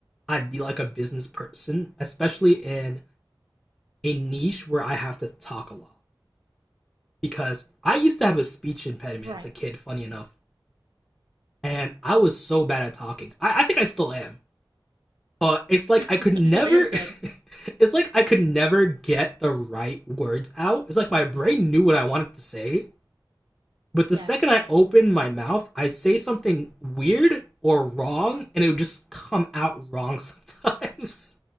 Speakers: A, in the centre; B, on the right (about 60°).
A: I'd be like a business person, especially in a niche where I have to talk a lot. Because I used to have a speech impediment
B: Right.
A: as a kid, funny enough, and I was so bad at talking. I, I think I still am. uh, it's like
B: <laughs>
A: I could never.
B: no, you're good.
A: <laughs> it's like I could never get the right words out. It's like my brain knew what I wanted to say, but the
B: Yes.
A: second I opened my mouth, I'd say something weird or wrong, and it would just come out wrong sometimes.